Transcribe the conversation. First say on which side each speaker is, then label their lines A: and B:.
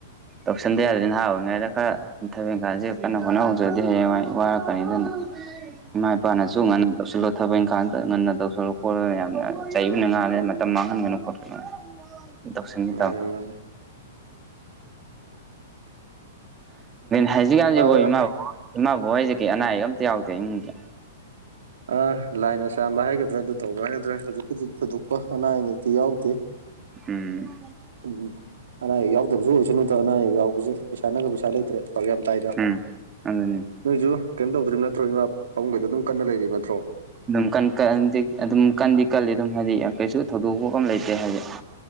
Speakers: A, on the right; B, on the right.
A: ꯇꯧꯁꯟꯗ ꯌꯥꯗꯗꯤ ꯅꯍꯥ ꯑꯣꯏꯅꯤꯉꯩꯗ ꯈꯔ ꯊꯕ ꯀꯥꯟꯁꯤ ꯀꯟꯅ ꯍꯣꯠꯅ ꯍꯧꯖꯕꯗꯤ ꯍꯌꯦꯡꯋꯥ ꯋꯥꯔꯛꯀꯅꯤ ꯑꯗꯨꯅ
B: ꯎ
A: ꯏꯃꯥ ꯏꯄꯥꯅꯁꯨ ꯉ ꯊꯕꯛ ꯏꯪꯈꯥꯡꯗ ꯉꯟꯅ ꯇꯧꯁꯜꯂꯨ ꯈꯣꯠꯂ ꯌꯥꯝꯅ ꯆꯩꯕꯅ ꯉꯥꯜꯂꯦ ꯃꯇꯝ ꯃꯥꯡꯍꯟꯒꯅꯨ ꯈꯣꯠꯀꯅꯨ ꯁꯪꯏꯇꯥ
B: ꯃꯥꯅꯤ ꯃꯥꯅꯤ
A: ꯍꯧꯖꯤꯛꯀꯥꯟꯁꯤꯕꯨ
B: ꯑꯥ
A: ꯏꯃꯥꯕ ꯏꯃꯥꯕꯣꯛ ꯍꯥꯏꯖꯛ ꯀ ꯑꯅꯥ ꯑꯌꯦꯛ ꯑꯝꯇ ꯌꯥꯎꯗꯦ ꯏꯃꯨꯡꯗ
B: ꯑ ꯂꯥꯏꯅꯁ ꯆꯥꯟꯕ ꯍꯥꯏꯒꯗ꯭ꯔꯥ ꯑꯗꯨ ꯇꯧꯕ ꯍꯥꯏꯒꯗ꯭ꯔꯥ ꯍꯧꯖꯤꯛ ꯍꯧꯖꯤꯛ ꯊꯣꯏꯗꯣꯛꯄ ꯑꯅꯥ ꯑꯌꯦꯛꯇꯤ ꯌꯥꯎꯗꯦ
A: ꯎꯝ
B: ꯎꯝ ꯑꯅꯥ ꯑꯌꯦꯛ ꯌꯥꯎꯗꯕꯁꯨ ꯑꯣꯏꯁꯅꯠꯇ꯭ꯔꯥ ꯑꯅꯥ ꯑꯌꯦꯛ ꯌꯥꯎꯁꯦ ꯄꯩꯁꯥꯅꯪꯒ ꯄꯩꯁꯥ ꯂꯩꯇ꯭ꯔꯦ ꯌꯥꯝ ꯇꯥꯏꯗ
A: ꯎꯝ ꯑꯗꯨꯅꯤ
B: ꯅꯣꯏꯁꯨ ꯀꯩꯝ ꯇꯧꯗ꯭ꯔꯤꯕ ꯅꯠꯇ꯭ꯔꯣ ꯏꯃꯥ ꯄꯥꯃꯨꯡꯈꯩꯗ ꯑꯗꯨꯝ ꯀꯟꯅ ꯂꯩꯔꯤ ꯅꯠꯇ꯭ꯔꯣ
A: ꯑꯗꯨꯝ ꯑꯗꯨꯝ ꯀꯟꯗꯤ ꯀꯜꯂꯤ ꯑꯗꯨꯝ ꯍꯥꯏꯗꯤ ꯀꯩꯁꯨ ꯊꯧꯗꯣꯛꯄ ꯀ ꯂꯩꯇꯦ ꯍꯥꯏꯗꯤ